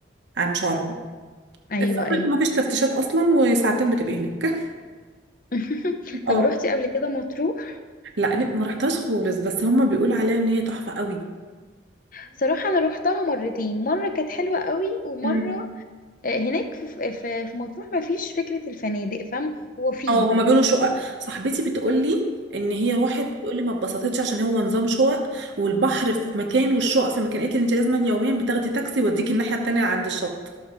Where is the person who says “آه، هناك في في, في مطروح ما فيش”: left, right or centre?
Left